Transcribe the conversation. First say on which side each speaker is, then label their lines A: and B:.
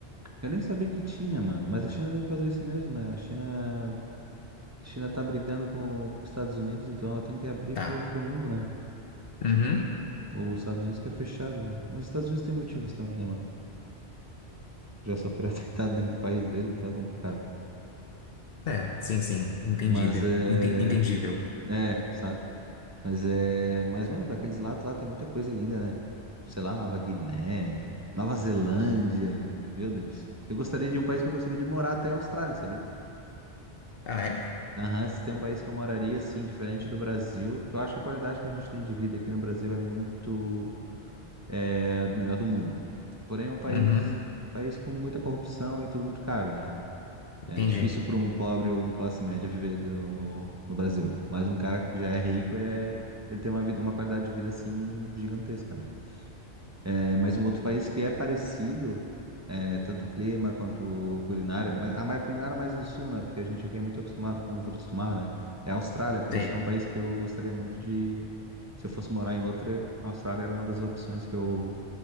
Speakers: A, on the right; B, on the left.
A: eu nem sabia que tinha, mano, mas a China tem que fazer isso mesmo, né? A China, a China tá brigando com, com os Estados Unidos, então ela tem que abrir
B: Tá.
A: pro, pro mundo, né?
B: Uhum.
A: Os Estados Unidos que é fechado, né? Mas os Estados Unidos tem motivos também, né, mano? Já sofreu <laughs> atentado dentro do país dele, então é complicado. né?
B: É, sim, sim. Entendido.
A: Mas é.
B: Enten- Entendível.
A: É, sabe? Mas é. Mas, mano, pra aqueles lados lá tem muita coisa linda, né? Sei lá, Nova Guiné, Nova Zelândia. Meu Deus. Eu gostaria de um país que eu gostaria de morar até a Austrália, sabia?
B: Ah, é?
A: Aham, se tem um país que eu moraria, assim, diferente do Brasil, porque eu acho que a qualidade que a gente tem de vida aqui no Brasil é muito. É a do melhor do mundo. Porém, é um país,
B: Uhum.
A: país com muita corrupção e tudo muito caro, né? É
B: Entendi.
A: difícil para um pobre ou um classe média viver do- no, no Brasil. Mas um cara que já é rico é. Ele tem uma vida, uma qualidade de vida assim gigantesca, né? É, mas um outro país que é parecido, é, tanto clima quanto culinária, mas a mais- culinária é mais do sul, né? Porque a gente aqui é muito acostumado com frutos do mar, né? É a Austrália, por
B: Sei.
A: isso que é um país que eu gostaria muito de. Se eu fosse morar em outra, a Austrália era uma das opções que eu